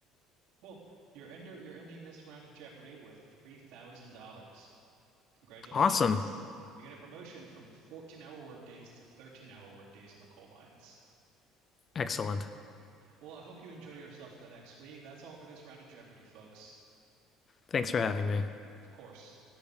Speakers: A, on the right; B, on the left.
A: Cool. You're ender you're ending this round of Jeopardy with $3,000. Congratulations.
B: Awesome.
A: You get a promotion from 14-hour workdays to 13-hour workdays in the coal mines.
B: Excellent.
A: Well, I hope you enjoy yourself for the next week. That's all for this round of Jeopardy, folks.
B: Thanks for having me.
A: Of course.